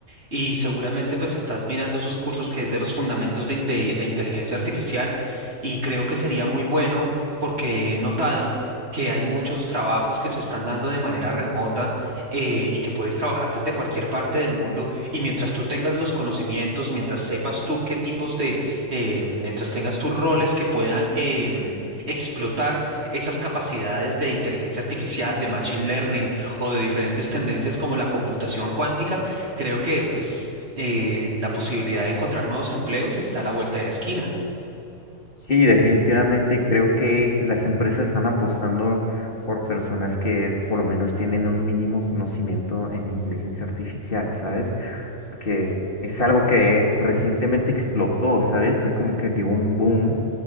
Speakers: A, on the right; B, on the left.
A: y seguramente pues estás mirando esos cursos que es de los fundamentos de, inte- de inteligencia artificial y creo que sería muy bueno porque he notado que hay muchos trabajos que se están dando de manera remota eh, y que puedes trabajar desde cualquier parte del mundo y mientras tú tengas los conocimientos, mientras sepas tú qué tipos de, eh, mientras tengas tus roles que puedan em, explotar esas capacidades de inteligencia artificial, de machine learning o de diferentes tendencias como la computación cuántica, creo que pues eh, la posibilidad de encontrar nuevos empleos está a la vuelta de la esquina.
B: Sí, definitivamente creo que las empresas están apostando por personas que por lo menos tienen un mínimo conocimiento en inteligencia artificial, ¿sabes? Porque es algo que recientemente explotó, ¿sabes? Es como que dio un boom